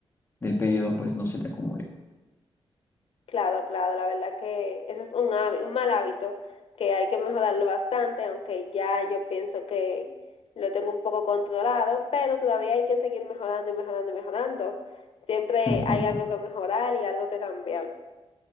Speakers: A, on the left; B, on the left.
A: del periodo pues no se te acumule.
B: Claro, claro, la verdad que ese es un, hábi- un mal hábito que hay que mejorarlo bastante, aunque ya yo pienso que lo tengo un poco controlado, pero todavía hay que seguir mejorando y mejorando y mejorando. Siempre
A: <laughs>
B: hay algo que mejorar y algo que cambiar.